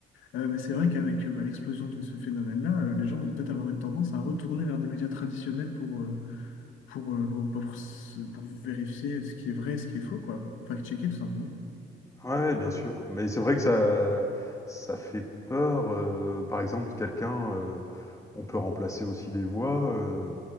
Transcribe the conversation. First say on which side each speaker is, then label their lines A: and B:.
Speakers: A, on the left; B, on the left.
A: Euh, mais c'est vrai qu'avec euh, bah, l'explosion de ce phénomène-là, euh, les gens vont peut-être avoir une tendance à retourner vers des médias traditionnels pour, euh, pour, euh, pour, pour se- pour vérifier ce qui est vrai et ce qui est faux, quoi. Pour fact-checker, tout simplement.
B: Ouais, ouais, bien sûr, mais c'est vrai que ça ça fait peur, heu, par exemple quelqu'un, heu, on peut remplacer aussi les voix, heu